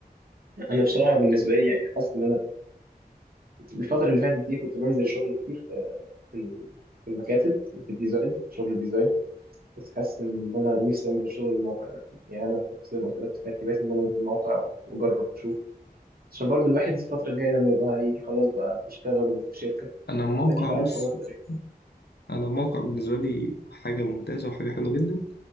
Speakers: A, on the right; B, on the left.
A: أنا بصراحة بالنسبة لي يعني حاسس إن أنا الفترة اللي فاتت دي كنت بنزل شغل كتير في في ال- في المكاتب في الديزاين شغل الديزاين بس حاسس إن أنا نفسي أنزل شغل الموقع ده يعني أنا كنت زي ما قلت لك في ترتيباتي إن أنا أنزل الموقع وأجرب وأشوف عشان برضه الواحد الفترة الجاية لما يبقى هيجي خلاص بقى بيشتغل في شركة
B: أنا الموقع
A: محتاج يبقى عارف
B: بص
A: هو اختار
B: بص،
A: إيه
B: أنا الموقع بالنسبة لي حاجة ممتازة وحاجة حلوة جدا